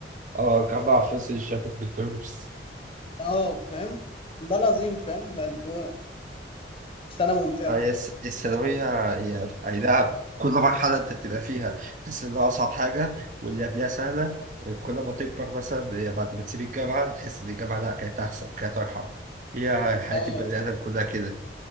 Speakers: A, on the right; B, on the left.
A: اه جمع فلوس الجاكيت بالدروس
B: اه فاهم ده العظيم فاهم بقى هو سنه ممتعه
A: هي الس- دي الثانوية هي أي نعم كل مرحلة أنت بتبقى فيها تحس إنها أصعب حاجة واللي قبلها سهلة كل ما تكبر مثلا هي بعد ما تسيب الجامعة تحس إن الجامعة لأ كانت أحسن كانت أرحم هي حياة
B: اه
A: البني آدم كلها كده